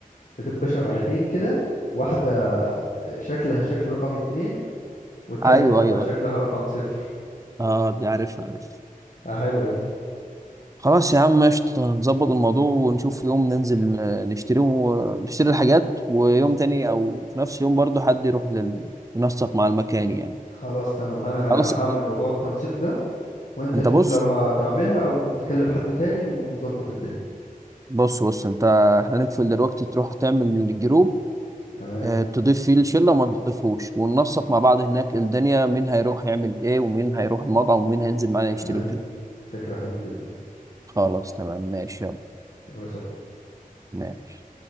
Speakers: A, on the left; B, on the right.
A: بتبقى شمعتين كده واحدة شكلها شكل رقم اتنين والتانية
B: ايوه
A: بتبقى
B: ايوه
A: شكلها رقم صفر
B: اه دي عارف عارف
A: آه، حلوة دي
B: خلاص يا عم قشطة نظبط الموضوع ونشوف يوم ننزل آه، نشتري ونشتري الحاجات ويوم تاني او في نفس اليوم برضه حد يروح لل... ينسق مع المكان يعني
A: خلاص تمام انا ه-
B: خلاص
A: هعمل
B: أن-
A: موضوع التنسيق ده وانت
B: انت
A: شوف
B: بص
A: لو هتعملها او تكلف حد تاني ونظبط الدنيا
B: بص بص انت احنا نقفل دلوقتي تروح تعمل الجروب
A: تمام
B: اه، تضيف فيه الشله وما تضيفوش وننسق مع بعض هناك الدنيا مين هيروح يعمل ايه ومين هيروح المطعم ومين هينزل معانا
A: حلو
B: يشتري وكده
A: فكرة حلوة جدا
B: خلاص تمام ماشي يلا
A: يا باشا
B: ماشي